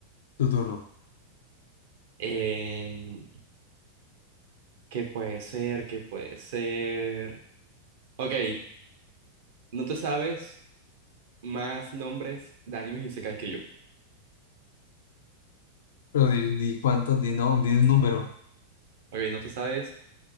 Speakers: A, on the left; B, on the right.
A: tu turno.
B: Em, ¿qué puede ser? ¿Qué puede ser? Ok, no te sabes más nombres de animes isekai que yo.
A: Pero di, di cuánto, di, no, di un número.
B: Ok, no te sabes,